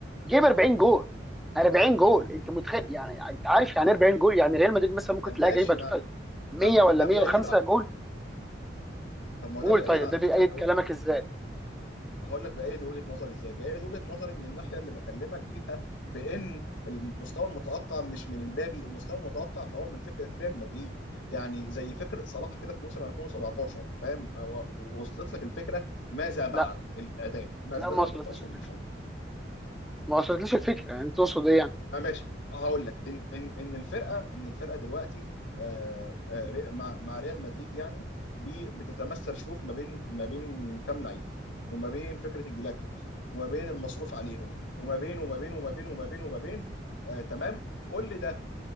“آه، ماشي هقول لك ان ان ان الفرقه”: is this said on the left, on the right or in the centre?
Left